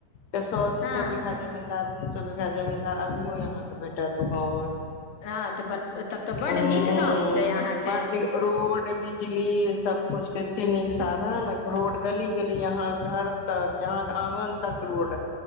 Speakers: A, on the left (about 75°); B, on the left (about 55°).
A: के सौ दू
B: हँ
A: सौ बीघा जमींदार तीन सौ बीघा जमीन्दार अभियो यहाँ के भेटत ओ गाँव में
B: हँं तऽ ब तब तऽ बड
A: ह
B: नीक गाम छै आहाँ
A: बड
B: के
A: नीक रोड बिजली सब कुछ के एते नीक साधन रोड गली गली यहा घर तक यहां के आंगन तक रोड